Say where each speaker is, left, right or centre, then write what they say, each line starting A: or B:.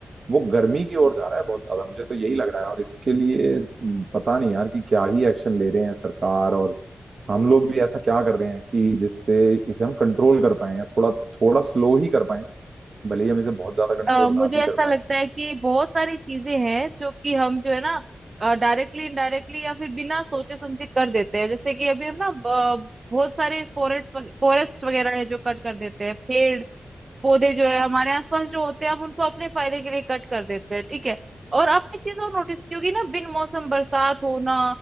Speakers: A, on the right; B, on the right.
A: वो गर्मी की ओर जा रहा है बहुत ज्यादा मुझे तो यही लग रहा है और इसके लिए हम्म, पता नहीं यार कि क्या ही एक्शन ले रहे हैं सरकार और हम लोग भी ऐसा क्या कर रहे हैं कि जिससे इसे हम कंट्रोल कर पाए या थोड़ा थोड़ा स्लो ही कर पाए भले ही हम इसे बहुत ज्यादा कंट्रोल
B: अ, मुझे
A: ना भी कर
B: ऐसा लगता
A: पाए
B: है कि बहुत सारी चीजें हैं जो कि हम जो है ना डायरेक्टली इनडायरेक्टली या फिर बिना सोचे समझे कर देते हैं जैसे कि अभी हम ना ब- बहुत सारे फॉरेस्ट फॉरेस्ट वगैरह है जो कट कर देते हैं पेड़ पौधे जो है हमारे आसपास जो होते हैं हम उनको अपने फायदे के लिए कट कर देते हैं ठीक है और आपने एक चीज और नोटिस की होगी ना बिन मौसम बरसात होना